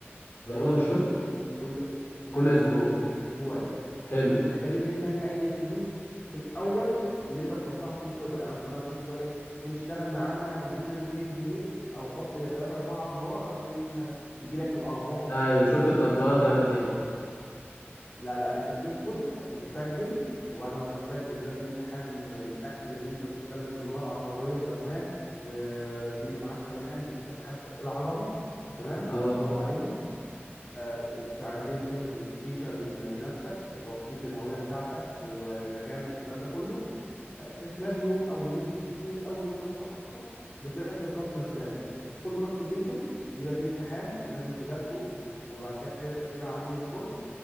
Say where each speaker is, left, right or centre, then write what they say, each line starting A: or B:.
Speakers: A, on the left (about 60°); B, on the left (about 30°).
A: بيقبضوا
B: آه، لا بيقبضوا
A: بالشهر
B: بالاسبوع كل لا
A: كل
B: لا
A: اسبوع
B: لا بالاسبوع اسبوعي
A: آه. حلو
B: ومش محتاجين منك اي فلوس في الاول اللي انت تحطها عشان تقبض يعني مثلا ما فيش اللي هو ايه عشان تشتغل معانا ادينا 200 جنيه او حط 3 4 دولار عشان آه، يجي لك الارباح والكلام
A: ايوه
B: ده
A: شفت
B: لا
A: التطبيقات
B: لا لا لا
A: انا دي اه
B: لا لا انت بتدخل آه، بتسجل وبعد ما بتسجل بيبقى في امتحان يتاكد ان انت بتتكلم باللغه العربيه تمام والدنيا معاك تمام بيسالك حبه اسئله عربي تمام
A: اه
B: وبتجاوب عليهم آه، وبتعزم تعمل فيريفيكيشن لنفسك توثيق للهويه بتاعتك ومكانك والكلام ده كله آه، في خلال يوم او يومين بالكتير او يوم يا متاخر بتلاقي التاسكات نازله لك كل تاسك بينزل بيبقى فيه امتحان لازم تذاكره وبعد كده تحل الاسئله عليه وتخش